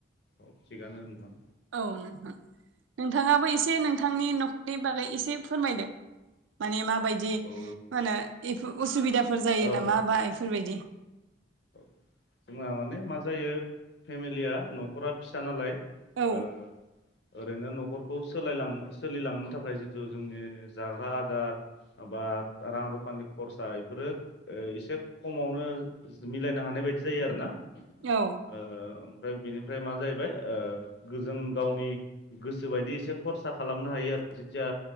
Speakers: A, on the left; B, on the right.
A: अ' थिगानो नोंथां।
B: औ नों नोंथाङाबो एसे नोंथांनि न' बे बागै एसे फोरमायदो माने माब बायदि
A: औ ओ
B: माहोनो उसुबिदाफोर जायो
A: औ
B: नामा
A: औ
B: बा इफोरबायदि।
A: औ जोंहा माने मा जायो फेमिलिया न'खरा फिसा नालाय
B: औ
A: ओ ओरैनो न'खरखौ सोलायलां सोलिलांनो थाखाय जिहेथु जोंनि जाग्रा आदार। आबाद, रां-रुफानि खरसा इफोरो एसे खमावनो जो मिलायनो हानाय बायदि जायो आरो ना।
B: औ।
A: ओ ओमफ्राय बेनिफ्राय मा जाहैबाय ओ गोजों गावनि। गोसो बायदि एसे खरसा खालामनो हायो आरो जिथिया।